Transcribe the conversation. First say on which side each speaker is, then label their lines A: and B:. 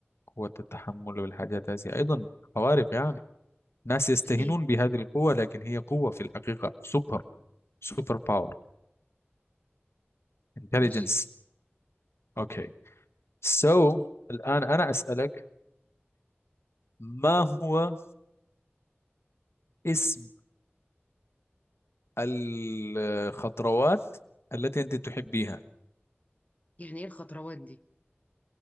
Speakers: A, on the left; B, on the left.
A: قوة التحمل والحاجات هذه أيضا خوارق يعني ناس يستهينون
B: اكيد
A: بهذه القوة لكن هي قوة في الحقيقة سوبر سوبر باور انتليجنس
B: ماشي
A: اوكي سو الآن أنا أسألك ما هو اسم الخضروات التي أنت تحبيها
B: يعني ايه الخطروات دي